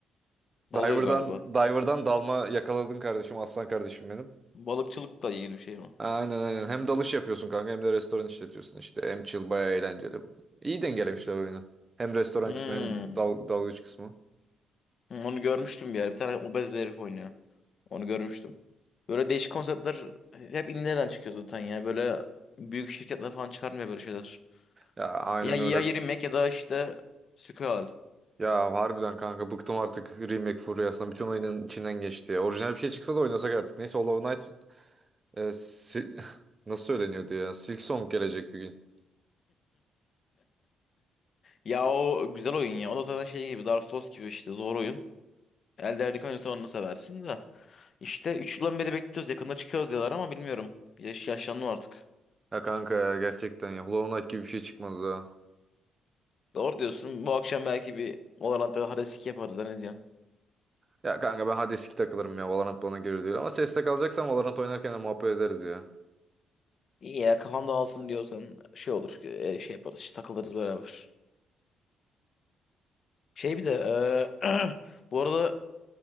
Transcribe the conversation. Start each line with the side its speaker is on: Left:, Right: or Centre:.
Left: Dalıyor
Right: Diver'dan,
Left: galiba.
Right: Diver'dan dalma yakaladın kardeşim. Aslan kardeşim benim.
Left: Balıkçılıkla ilgili bir şey mi?
Right: Aynen aynen. Hem dalış yapıyorsun kanka hem de restoran işletiyorsun işte. Hem chill baya eğlenceli. İyi dengelemişler oyunu. Hem restoran
Left: Hmm.
Right: kısmı hem dal dalgıç kısmı.
Left: Hı, Onu görmüştüm bir yer. Bir tane obez bir herif oynuyor. Onu görmüştüm. Böyle değişik konseptler hep indilerden çıkıyor zaten ya. Böyle büyük şirketler falan çıkarmıyor böyle şeyler.
Right: Ya aynen
Left: Ya ya
Right: öyle
Left: Yeri Mac ya da işte Skull.
Right: Ya harbiden kanka bıktım artık remake furyasından. Bütün oyunun içinden geçti ya. Orijinal bir şey çıksa da oynasak artık. Neyse Hollow Knight e, si- <laughs> nasıl söyleniyordu ya? Silk Song gelecek bir gün.
Left: Ya o güzel oyun ya. O da zaten şey gibi Dark Souls gibi işte zor oyun. Elde Ring oynuyorsan onu seversin de. İşte 3 yıldan beri bekliyoruz. Yakında çıkıyor diyorlar ama bilmiyorum. Yaş, yaşlandım artık.
Right: Ya kanka ya, gerçekten ya. Hollow Knight gibi bir şey çıkmadı daha.
Left: Doğru diyorsun. Bu akşam belki bir Valorant'ta Hades iki yaparız. ha, Ne diyorsun?
Right: Ya kanka ben Hades 2 takılırım ya. Valorant bana göre değil. Ama CS'de kalacaksam Valorant oynarken de muhabbet ederiz ya.
Left: İyi ya kafam dağılsın diyorsan şey olur. e, Şey yaparız. işte takılırız beraber. Şey bir de e, <clears throat> bu arada